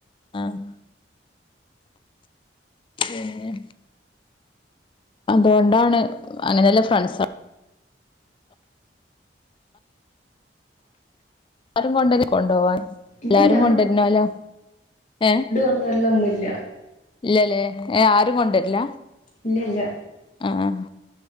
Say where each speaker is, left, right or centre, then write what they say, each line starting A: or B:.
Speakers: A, on the left; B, on the left.
A: ആഹ് പിന്നെ അതുകൊണ്ടാണ് അങ്ങനെ ഇല്ല ഫ്രണ്ട്സ് അത് കൊണ്ടരേ കൊണ്ടുപോവാൻ
B: ഇല്ലില്ല
A: എല്ലാരും കൊണ്ടുരണോല്ല ഏ
B: കൊണ്ട് വര്ല് ഒന്നും ഇല്ല
A: ഇല്ലല്ലേ ഏ ഹ് ആരും കൊണ്ടര്ല്ല
B: ഇല്ല ഇല്ല
A: ആഹ്